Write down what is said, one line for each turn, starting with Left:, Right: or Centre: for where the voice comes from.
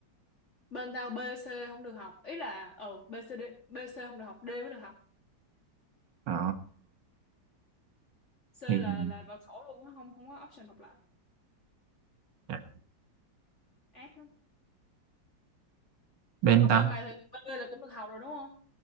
Left: bên tao B C không được học ý là ừ B C D B C không được học D mới được học
Right: Ờ,
Left: C
Right: thì
Left: là là vào sổ luôn á không không có option học lại
Right: à,
Left: ác lắm
Right: bên
Left: còn
Right: tao
Left: bên mày thì B là cũng được học rồi đúng không